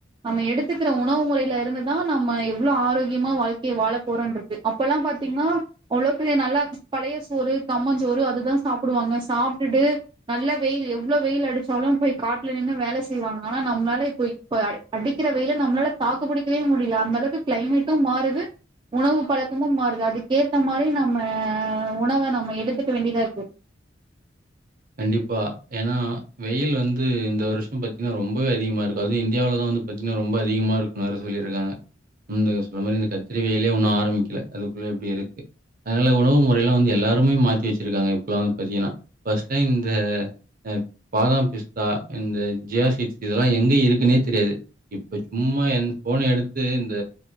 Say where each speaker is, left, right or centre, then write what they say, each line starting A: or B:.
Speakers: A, on the right; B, on the right.
A: நம்ம எடுத்துக்கிற உணவு முறையில இருந்துதா நம்ம எவ்ளோ ஆரோக்கியமா வாழ்க்கைய வாழ போறோன்றிக்கு அப்போலா பாத்தீங்கன்னா அவ்ளோ பெரிய நல்லா பழைய சோறு கம்மஞ்சோறு அதுதா சாப்பிடுவாங்க சாப்ட்டுட்டு நல்ல வெயிலு எவ்ளோ வெயில் அடிச்சாலு போய் காட்டுல நின்னு வேல செய்வாங்க ஆனா நம்மளால இப்ப இப்ப அடிக்கிற வெயில நம்மளால தாக்குப்பிடிக்கவே முடியல அந்த அளவுக்கு கிளைமேட்டு மாறுது உணவு பழக்கமு மாறுது அதுக்கேத்த மாரி நம்ம உணவ நம்ம எடுத்துக்க வேண்டியதா இருக்கு
B: கண்டிப்பா ஏன்னா வெயில் வந்து இந்த வருஷ பாத்தீங்கன்னா ரொம்பவே அதிகமா இருக்கு அதுவு இந்தியாவிலதா வந்து பாத்தீங்கன்னா ரொம்ப அதிகமா இருக்குன்னு வேர சொல்லியிருக்காங்க இந்தக்க சொன்ன மாரி இந்த கத்திரி வெயிலே இன்னு ஆரம்பிக்கல அதுக்குள்ள இப்டி இருக்கு அதனால உணவு முறைலா வந்து எல்லாருமே மாத்தி வச்சிருக்காங்க இப்பெல்லா வந்து பாத்தீங்கன்னா ஃபஸ் தா இந்த ஆ பாதாம் பிஸ்தா இந்த ஜியா சீட்ஸ் இதெல்லா எங்க இருக்குன்னே தெரியாது இப்போ சும்மா எ ஃபோன எடுத்து இந்த